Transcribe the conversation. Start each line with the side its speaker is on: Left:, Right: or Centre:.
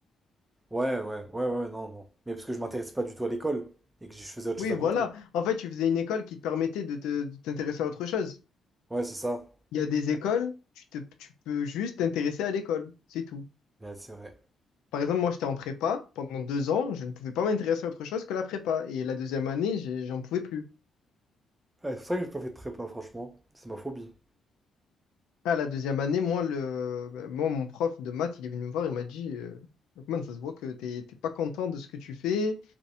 Right: Ouais, ouais, ouais, ouais, non, non. Mais parce que je m'intéressais pas du tout à l'école et que je faisais autre
Left: Oui,
Right: chose à
Left: voilà.
Right: côté.
Left: En fait, tu faisais une école qui te permettait de te- de t'intéresser à autre chose.
Right: Ouais, c'est ça.
Left: Il y a des écoles, tu te, tu peux juste t'intéresser à l'école. C'est tout.
Right: Ouais, c'est vrai.
Left: Par exemple, moi, j'étais en prépa. Pendant deux ans, je ne pouvais pas m'intéresser à autre chose que la prépa. Et la deuxième année, j'ai- j'en pouvais plus.
Right: Ouais, c'est pour ça que j'ai pas fait de prépa, franchement. C'est ma phobie.
Left: À la deuxième année, moi, le, ben, moi, mon prof de maths, il est venu me voir, il m'a dit, euh, Lokman, ça se voit que t'es t'es pas content de ce que tu fais.